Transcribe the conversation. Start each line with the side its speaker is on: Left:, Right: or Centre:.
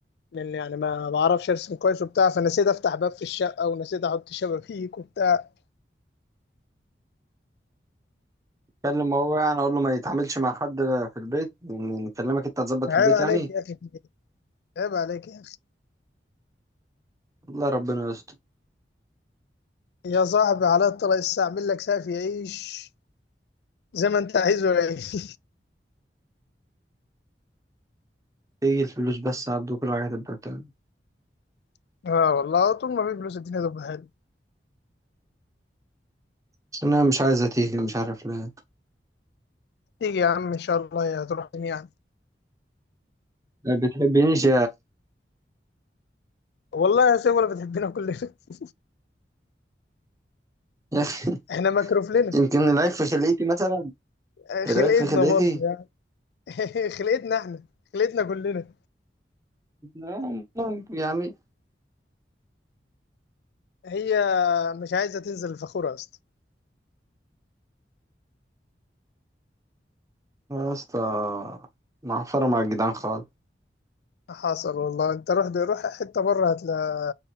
Left: لان يعني ما بعرفش ارسم كويس وبتاع فنسيت افتح باب في الشقه ونسيت احط شبابيك وبتاع
Right: كلم هو يعني اقول له ما يتعاملش مع حد في البيت يعني نكلمك انت تظبط
Left: عيب
Right: البيت
Left: عليك
Right: يعني
Left: يا اخي عيب عليك يا اخي
Right: الله ربنا يستر
Left: يا صاحبي على الطلاق الساعه اعمل لك سافي عيش زي ما انت عايزه يعيش
Right: تيجي الفلوس بس يا عبد وكل حاجه تبقى تمام
Left: <laughs> اه والله طول ما في فلوس الدنيا تبقى حلوه
Right: بس انا مش عايزه تيجي مش عارف ليه
Left: تيجي يا عم ان شاء الله يا هتروح يعني
Right: ما بتحبنيش
Left: والله يا سيف ولا بتحبنا كلنا <laughs>
Right: <laughs> يا أخي
Left: احنا مكروف لنا
Right: يمكن العيب في خليتي مثلا
Left: آه، خلقتنا
Right: العيب في خليتي
Left: برضه <laughs> خلقتنا احنا خلقتنا كلنا
Right: آه، ممكن يعني
Left: هي مش عايزه تنزل الفخوره يا اسطى
Right: يا اسطى معفرة مع الجدعان خالص
Left: حصل والله انت روح دي روح حته بره هتلاقي